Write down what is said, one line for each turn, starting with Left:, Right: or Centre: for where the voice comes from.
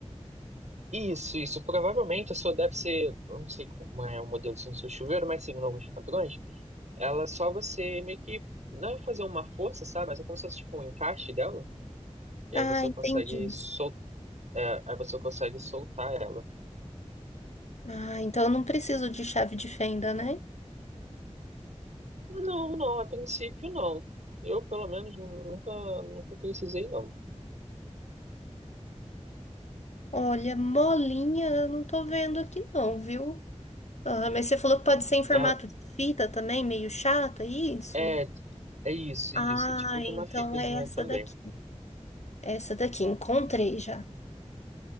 Right: Isso, isso. Provavelmente a sua deve ser, eu não sei como é o modelo assim, do seu chuveiro, mas seguindo alguns padrões, ela é só você meio que, não é fazer uma força, sabe? Mas é como se fosse tipo um encaixe dela, e
Left: Ah,
Right: aí você
Left: entendi.
Right: consegue sol... é, aí você consegue soltar ela.
Left: Ah, então eu não preciso de chave de fenda, né?
Right: Não, não, a princípio não. Eu, pelo menos, nunca, nunca precisei, não.
Left: Olha, molinha, eu não tô vendo aqui não, viu? Ah, mas você falou que pode ser em formato
Right: Ela-
Left: de fita também, meio chato, é isso?
Right: É, é, isso,
Left: Ah,
Right: isso. É tipo de
Left: então
Right: uma fitazinha
Left: é essa
Right: também.
Left: daqui. Essa daqui, encontrei já.